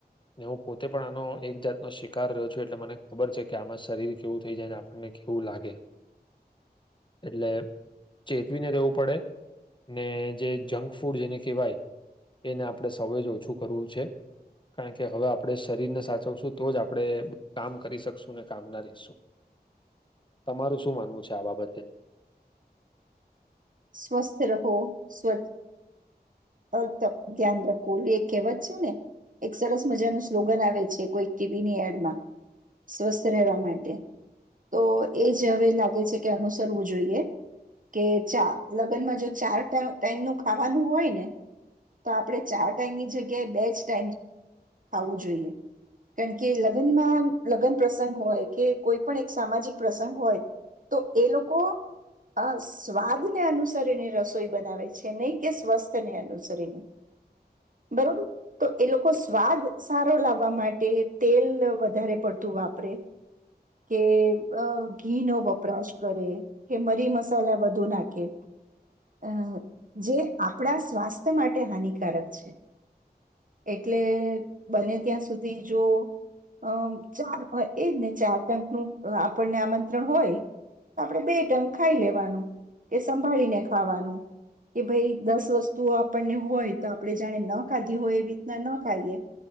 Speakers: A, on the left; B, on the right.
A: ને હું પોતે પણ આનો એક જાતનો શિકાર રહ્યો છું, એટલે મને ખબર છે કે આમાં શરીર કેવું થઈ જાય આપણને કેવું લાગે. એટલે ચેતવીને રેવું પડે ને જે જંક ફૂડ જેને કહેવાય એને આપણે સૌ જ ઓછું કરવું છે, કારણ કે હવે આપણે શરીરને સાચવશું તો જ આપણે કામ કરી શકશું ને કામના રહીશું, તમારું શું... માનવું છે આ બાબતે.
B: સ્વસ્થ રહો સ્વચ્છ... અથ ધ્યાન રાખો એટલે એક કહેવત છે ને એક સરસ મજાનું સ્લોગન આવે છે, કોઈ ટીવીની એડમાં સ્વસ્થ રહેવા માટે, તો એ જ હવે લાગે છે કે અનુસરવું જોઈએ કે ચા લગ્નમાં જો ચાર ટાઈમ ટાઈમનું ખાવાનું હોય ને... તો આપણે ચાર ટાઈમની જગ્યાએ બે જ ટાઈમ ખાવું જોઈએ, કારણ કે લગ્નમાં લગ્ન પ્રસંગ હોય કે કોઈ પણ એક સામાજિક પ્રસંગ હોય તો એ લોકો સ્વાદને અનુસર એની રસોઈ બનાવે છે, નહીં કે સ્વસ્થ... તેને અનુસરીને, બરોબર તો એ લોકો સ્વાદ સારો લાવવા માટે તેલ વધારે પડતું વાપરે કે ઘી નો વપરાશ કરે કે મરી મસાલા વધુ નાખે અ જે આપ પણા સ્વાસ્થ્ય માટે હાનિકારક છે, એટલે... બને ત્યાં સુધી જો... અમ ચાર એજ ને ચાર ટંક નું આપણને આમંત્રણ હોય તો આપણે બે ટંક ખાઈ લેવાનું કે સંભાળીને ખાવાનું કે ભઈ... દસ વસ્તુઓ આપણને હોય તો આપણે જાણે ન ખાધી હોય એવી રીતના ન ખાઈએ